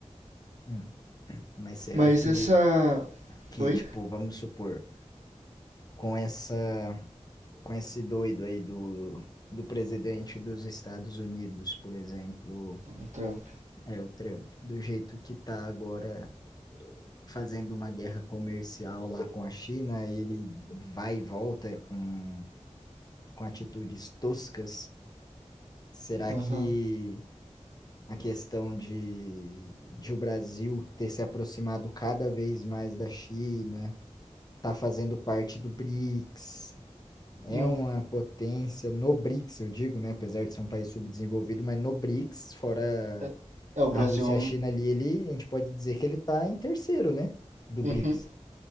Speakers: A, on the left; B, on the right.
A: hum, mas será
B: Mas
A: que,
B: essa.
A: que
B: Oi?
A: tipo, vamos supor, com essa, com esse doido aí do, do presidente dos Estados Unidos, por exemplo,
B: O Trump.
A: é o Trump, do jeito que tá agora fazendo uma guerra comercial lá com a China, ele vai e volta com, com atitudes toscas Será
B: Aham.
A: que a questão de, de o Brasil ter se aproximado cada vez mais da China, tá fazendo parte do BRICS, é
B: Hum.
A: uma potência no BRICS, eu digo, né? Apesar de ser um país subdesenvolvido, mas no BRICS, fora
B: É, é, o Brasil.
A: a Rússia
B: é um-
A: e a China ali, ele, a gente pode dizer que ele está em terceiro, né? Do
B: Uhum.
A: BRICS.